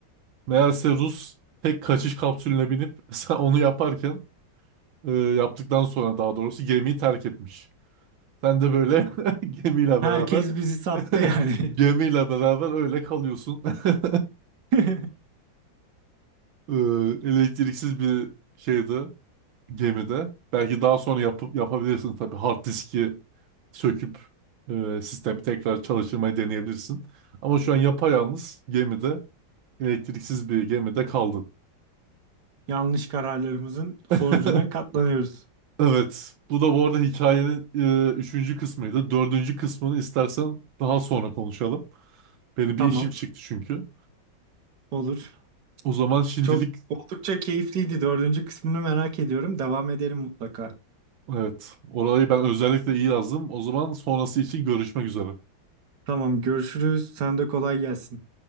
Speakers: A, on the right; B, on the right.
A: Meğerse Rus tek kaçış kapsülüne binip <laughs> sen onu yaparken e, yaptıktan sonra daha doğrusu gemiyi terk etmiş. Sen de böyle <laughs> gemiyle
B: Herkes
A: beraber
B: bizi sattı
A: <laughs>
B: yani.
A: gemiyle beraber öyle kalıyorsun. <laughs>
B: <laughs>
A: E, elektriksiz bir şeydi. gemide. Belki daha sonra yapıp yapabilirsin tabii. Hard diski söküp e, sistemi tekrar çalıştırmayı deneyebilirsin. Ama şu an yapayalnız gemide, elektriksiz bir gemide kaldın.
B: Yanlış kararlarımızın sonucuna
A: <laughs>
B: katlanıyoruz.
A: Evet. Bu da bu arada hikayenin e, üçüncü kısmıydı. Dördüncü kısmını istersen daha sonra konuşalım. Benim
B: Tamam.
A: bir işim çıktı çünkü.
B: Olur.
A: O zaman şimdilik
B: Çok oldukça keyifliydi. Dördüncü kısmını merak ediyorum. Devam edelim mutlaka.
A: evet. Orayı ben özellikle iyi yazdım. O zaman sonrası için görüşmek üzere.
B: Tamam, görüşürüz. Sen de kolay gelsin.